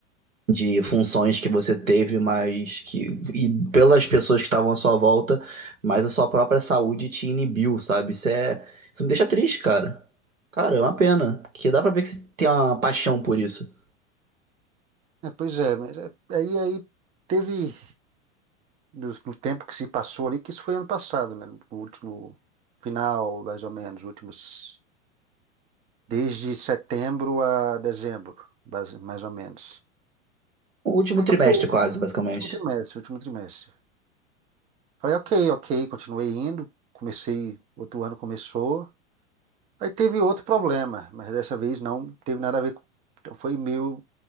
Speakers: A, on the right; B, on the right.
A: de funções que você teve, mas que e pelas pessoas que estavam à sua volta, mas a sua própria saúde te inibiu, sabe? Isso é, isso me deixa triste, cara. Cara, é uma pena, porque dá pra ver que você tem uma paixão por isso.
B: É, pois é, mas é- aí, aí teve, no, no tempo que se passou ali, que isso foi ano passado, né? No último final, mais ou menos, últimos, desde setembro a dezembro, base- mais ou menos.
A: O último
B: Aí
A: trimestre
B: tá ok,
A: quase, basicamente.
B: último trimestre, último trimestre. Falei, ok, ok, continuei indo, comecei, outro ano começou. Aí teve outro problema, mas dessa vez não teve nada a ver com, então foi meu,